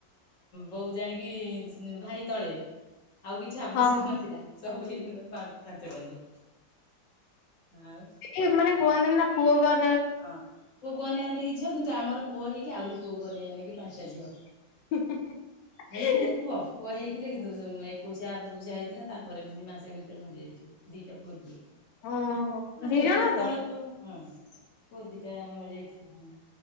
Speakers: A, on the left (about 45°); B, on the left (about 75°).
A: ବୋଉ ଜାଣିକି ଭାଇ ତଳେ ଆଉ କିଛି ଆବଶ୍ୟକ
B: ହଁ
A: ନଥିଲା ସବୁ ହେଇଗଲା ପାଞ୍ଚଟା ଝିଅ ଆଉ
B: ଏ ମାନେ କୁହନ୍ତିି ନା ପୁଅ କର
A: ହଁ ପୁଅକୁ ଅନେଇକି ଝିଅ କିନ୍ତୁ ଆମର ପୁଅ ହେଇକି ଆହୁରି ପୁଅକୁୁ ଅନେଇ ଅନେଇ କି ପାଞ୍ଚଟା ଝିଅ
B: <unintelligible>
A: ହେଇଥିଲେ ପୁଅ ପୁଅ ହେଇଥିଲେ କିନ୍ତୁ ଏକୋଇଶିଆ ଫେକୋକୁଶିଆ ହେଇଥିଲା। ତାପରେ ପୁଣି ମାସେ ଭିତରେ ମରି ଯାଇଥିଲେ ଦିଇଟା ପୁଅ
B: ଓହୋ
A: ଆଗେ
B: ଦି ଜଣ
A: ଯେତେବେଳେ
B: ଯାକ
A: ପୁଅ ହୁଁ ପୁଅ ଦିଟା ମରି ଯାଇଥିଲି। ହୁଁ